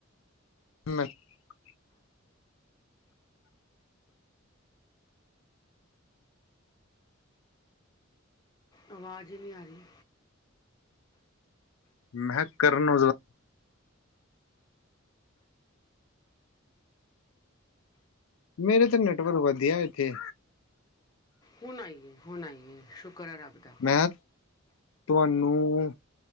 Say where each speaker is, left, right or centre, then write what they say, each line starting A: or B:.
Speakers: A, on the left (about 75°); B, on the left (about 20°).
A: <inaudible>
B: ਆਵਾਜ਼ ਹੀ ਨਹੀਂ ਆ ਰਹੀ
A: ਮੈਂ ਹਾ ਕਰਨ ਔਜਲਾ ਮੇਰੇ ਤਾਂ ਨੈਟਵਰਕ ਵਧੀਆ ਇੱਥੇ
B: ਹੁਣ ਆਈ ਐ ਹੁਣ ਆਈ ਐ ਕਰ ਰੱਬਦਾ
A: ਮੈਂ ਤੁਹਾਨੂੰ